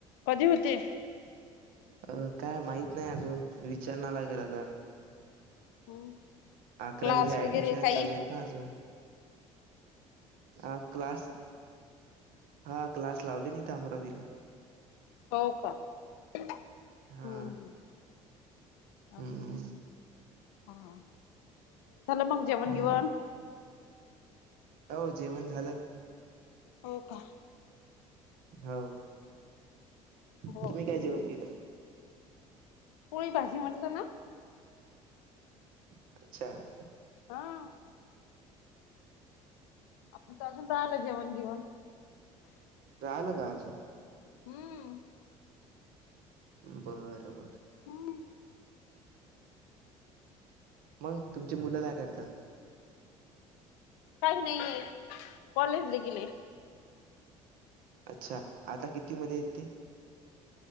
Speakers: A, on the left; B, on the right.
A: कधी होते?
B: अ काय माहीत नाही अजून, विचारनार <unintelligible>
A: हम्म,
B: अकरावीच्या
A: क्लास वगैरे
B: ऍडमिशनच
A: काही?
B: चालू आहेत ना अजून हा क्लास, <inaudible> हा क्लास लावलेत इथं अमरावतीला.
A: हो का. हम्म
B: हा
A: हम्.
B: हम्म
A: ओके, हम्म, झालं मग जेवण
B: हा
A: बिवण?
B: हो, जेवण झालं.
A: हो का.
B: हो. तुम्ही
A: हो
B: काय जेवण केलं?
A: पोळी भाजी म्हटलं ना.
B: <inaudible> अच्छा.
A: हा, <inaudible> आमचं आलं जेवण बिवण.
B: राहिलं का
A: हम्म,
B: बर बर.
A: हम
B: मंग तुमची मुलं काय करतात?
A: काही नाही, आहे कॉलेजला गेलेय.
B: अच्छा, आता किती मध्ये येत ते.